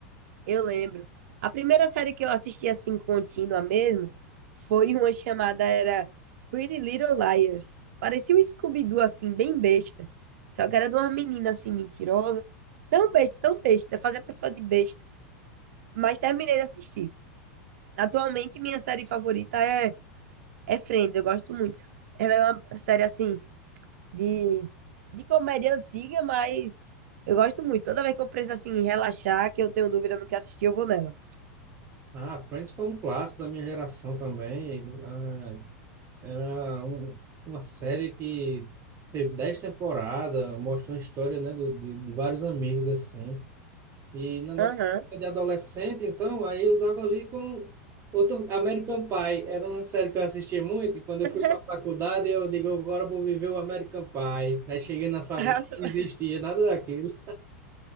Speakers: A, on the right (about 70°); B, on the right (about 30°).
A: Eu lembro. A primeira série que eu assisti assim contínua mesmo foi uma chamada era Pretty Little Liars. Parecia um Scooby-Doo assim bem besta. Só que era de uma menina assim mentirosa, tão besta, tão besta, fazer a pessoa de besta. Mas terminei de assistir. Atualmente minha série favorita é é Friends, eu gosto muito. Ela é uma série assim de de comédia antiga, mas eu gosto muito. Toda vez que eu preciso assim relaxar, que eu tenho dúvida no que assistir, eu vou nela.
B: Ah, Friends foi um clássico da minha geração também. Ah, era um- uma série que teve dez temporadas, mostrou a história, né, do- de, de vários amigos, assim. E na nossa
A: Aham.
B: época de adolescente, então, aí eu usava ali com outro American Pie. Era uma série que eu assistia muito, e quando eu
A: <laughs>
B: fui para a faculdade, eu digo, agora eu vou viver o American Pie. Aí cheguei na faculdade,
A: <laughs> Racionais.
B: não existia nada daquilo.